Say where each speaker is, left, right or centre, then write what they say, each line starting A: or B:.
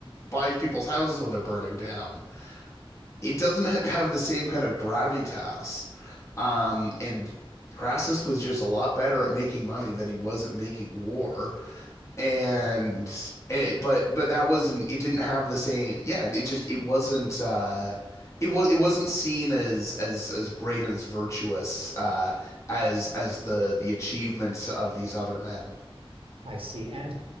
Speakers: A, on the left; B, on the right.
A: buys people's houses when they're burning down it doesn't have the same kind of gravitas. Um, and Crassus was just a lot better at making money than he was at making war. And it, but but that wasn't it didn't have the same yeah it just it wasn't uh it was it wasn't seen as as as great and as virtuous uh as as the the achievements of these other men.
B: I see. And